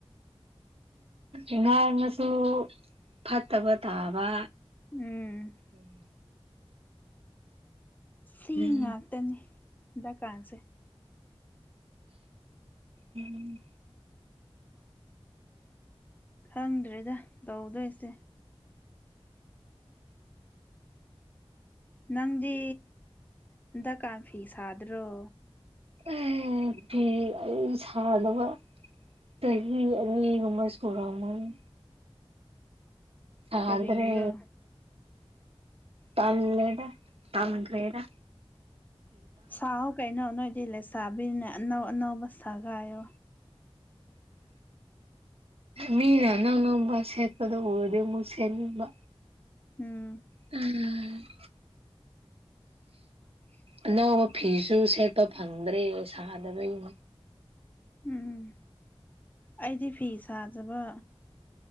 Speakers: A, on the right; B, on the left.
A: ꯎ ꯉꯥꯡꯅꯁꯨ ꯐꯠꯇꯕ ꯇꯥꯕ
B: ꯎꯝ
A: ꯎꯝ
B: ꯁꯤ
A: ꯐꯤ ꯑꯩ
B: ꯉꯥꯛꯇꯅꯤ ꯍꯟꯗꯛꯀꯥꯟꯁꯦ
A: ꯎꯝ
B: ꯈꯪꯗ꯭ꯔꯔꯤꯗ ꯇꯧꯗꯣꯏꯁꯦ ꯅꯪꯗꯤ ꯍꯟꯗꯛꯀꯥꯟ ꯐꯤ ꯁꯥꯗ꯭ꯔꯣ
A: ꯎꯝ ꯐꯤ ꯑꯩ ꯁꯥꯟꯅꯕ ꯇꯃꯁꯀꯔ ꯑꯃꯅꯤ ꯑꯗꯨ꯭ꯔꯦ
B: ꯀꯔꯤꯒꯤꯔꯣ
A: ꯇꯃꯦꯔ ꯇꯥꯡꯦꯗ
B: ꯁꯥꯍ ꯀꯩꯅꯣ ꯅꯣꯏꯗꯤ ꯂꯩꯁꯥꯕꯤꯅꯦ ꯑꯅꯧ ꯑꯅꯧꯕ ꯁꯒꯥꯏꯣ <unintelligible>
A: ꯃꯤꯅꯅꯧꯅꯝꯕ ꯁꯦꯠꯄꯗ ꯑꯣꯏꯗꯤꯕꯨꯁꯦꯠꯕ
B: ꯎꯝ
A: ꯎꯝ
B: <unintelligible>
A: ꯑꯅꯧꯕ ꯐꯤꯁꯨ ꯁꯦꯠꯄ ꯐꯪꯗ꯭ꯔꯦ ꯁꯥꯗꯕꯒꯤ
B: ꯎꯝ ꯑꯩꯗꯤ ꯐꯤ ꯁꯥꯖꯕ